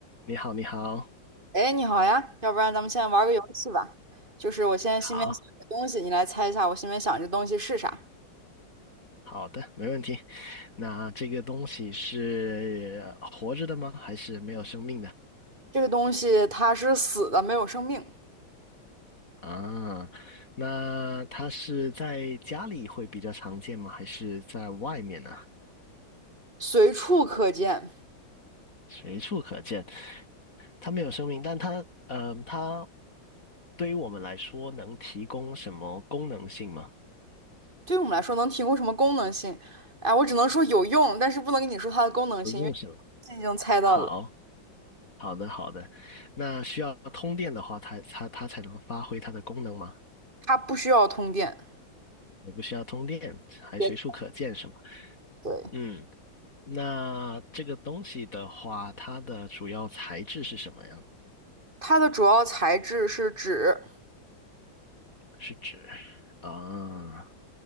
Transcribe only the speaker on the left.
你好，你好，
好
好的，没问题。那这个东西是呃活着的吗？还是没有生命的？
啊，那它是在家里会比较常见吗？还是在外面呢？
随处可见。它没有生命，但它，呃，它对于我们来说能提供什么功能性吗？
不用是么。
好，好的，好的。那需要通电的话，它它它才能发挥它的功能吗？
也不需要通电，还随处可见，
是吗？
嗯，那这个东西的话，它的主要材质是什么呀？
是指啊，